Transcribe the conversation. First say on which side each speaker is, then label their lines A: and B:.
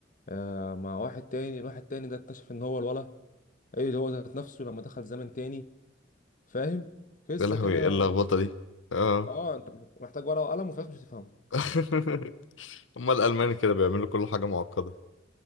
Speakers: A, on the left; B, on the left.
A: آه، مع واحد تاني الواحد تاني ده اكتشف ان هو الولا ايه اللي هو ذات نفسه لما دخل زمن تاني فاهم قصه
B: يا لهوي
A: كده
B: ايه اللخبطة دي اه
A: اه انت محتاج ورقه وقلم وفي الآخر مش هتفهمها
B: <laughs> هما الألمان كده بيعملوا كل حاجة معقدة